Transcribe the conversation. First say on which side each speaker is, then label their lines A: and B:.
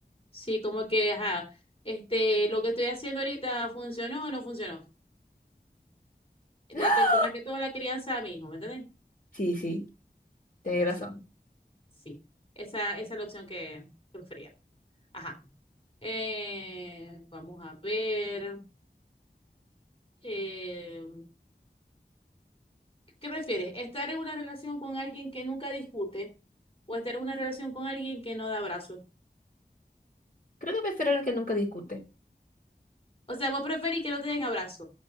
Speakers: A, on the left; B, on the left.
A: Sí, como que, ajá, este, lo que estoy haciendo ahorita funcionó o no funcionó. Respecto
B: <gasps>
A: más que todo a la crianza a mi hijo, ¿me entendés?
B: Sí, sí, tenéis
A: Así,
B: razón.
A: sí. Esa, esa es la opción que, que prefería. Ajá. Eh, vamos a ver. eh, ¿qué prefieres? ¿Estar en una relación con alguien que nunca discute o estar en una relación con alguien que no da abrazos?
B: Creo que prefiero a alguien que nunca discute.
A: O sea, vos preferís que no te den abrazo.